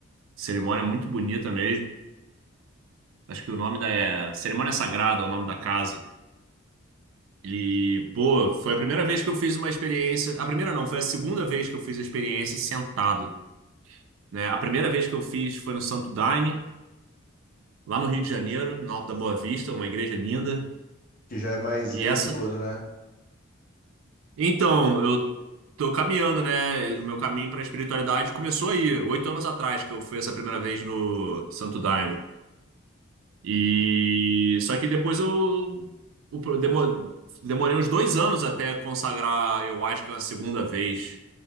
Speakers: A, on the right; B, on the left.
A: Cerimônia muito bonita mesmo. Acho que o nome da. É... Cerimônia Sagrada é o nome da casa. E, pô, foi a primeira vez que eu fiz uma experiência. A primeira não, foi a segunda vez que eu fiz a experiência sentado, né? A primeira vez que eu fiz foi no Santo Daime, lá no Rio de Janeiro, no Alto da Boa Vista, uma igreja linda.
B: Que já é mais
A: E
B: religioso,
A: essa,
B: né?
A: Então, eu tô caminhando, né? O meu caminho para a espiritualidade começou aí, oito anos atrás, que eu fui essa primeira vez no Santo Daime. E só que depois eu, o pro- demo- demorei uns dois anos até consagrar, eu acho que a segunda vez,